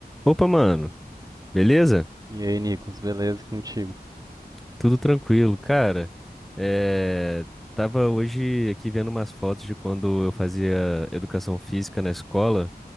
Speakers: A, in the centre; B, on the right (about 20°).
A: Opa, mano, beleza?
B: E aí, Nicolas, beleza contigo?
A: Tudo tranquilo, cara. É... Tava hoje aqui vendo umas fotos de quando eu fazia educação física na escola